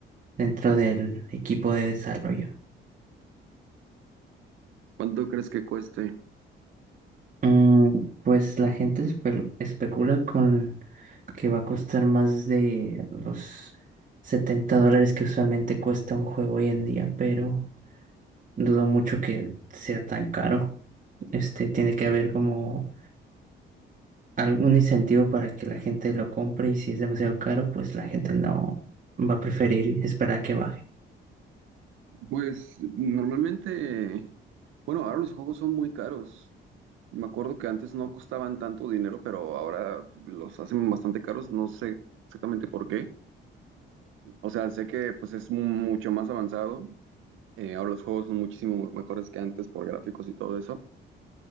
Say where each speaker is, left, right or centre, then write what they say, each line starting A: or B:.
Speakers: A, on the right; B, on the right.
A: dentro del equipo de desarrollo.
B: ¿Cuánto crees que cueste?
A: Mm, pues la gente espe- especula con que va a costar más de los 70 dólares que usualmente cuesta un juego hoy en día, pero dudo mucho que sea tan caro. Este tiene que haber como algún incentivo para que la gente lo compre y si es demasiado caro, pues la gente no va a preferir esperar a que baje.
B: Pues normalmente, bueno, ahora los juegos son muy caros. Me acuerdo que antes no costaban tanto dinero, pero ahora los hacen bastante caros, no sé exactamente por qué. O sea, sé que pues es mu- mucho más avanzado Eh, ahora los juegos son muchísimo mejores que antes por gráficos y todo eso,